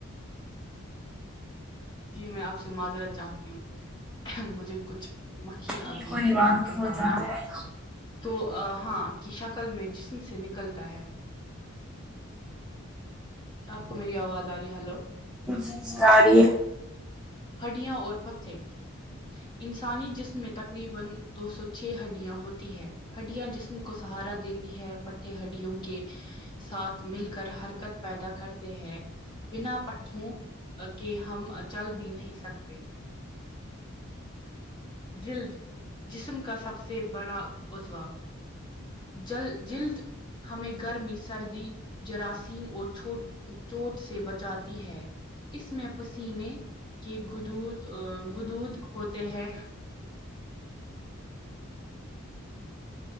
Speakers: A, on the left (about 20°); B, in the centre.
A: جی میں آپ سے معذرت چاہتی ہوں مجھے کچھ مکھی
B: جی
A: آ گئی
B: کوئی
A: تھی
B: بات
A: ناک
B: نہیں
A: کے سامنے
B: ہو جاتا ہے
A: تو ہاں کی شکل میں جسم سے نکلتی ہے کیا آپ کو میری آواز آ رہی ہے ہلو
B: جی جی آ رہی ہے
A: ہڈیاں اور پتیں انسانی جسم میں تقریبا دو سو چھ ہڈیاں ہوتی ہے ہڈیاں جسم کو سہارا دیتی ہے پٹھے ہڈیوں کے ساتھ مل کر حرکت پیدا کرتے ہیں بنا پٹھوں کے ہم کہ چل بھی نہیں سکتے جلد جسم کا سب سے بڑا ازو جل جلد ہمیں گرمی سردی جراثیم اور چھوٹ چوٹ سے بچاتی ہے اس میں پسینے کے گودود گودود ہوتے ہیں